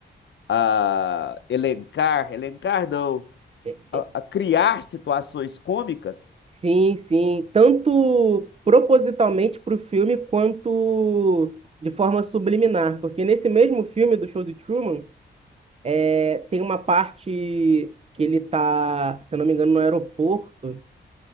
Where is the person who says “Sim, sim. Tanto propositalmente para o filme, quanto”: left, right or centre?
Right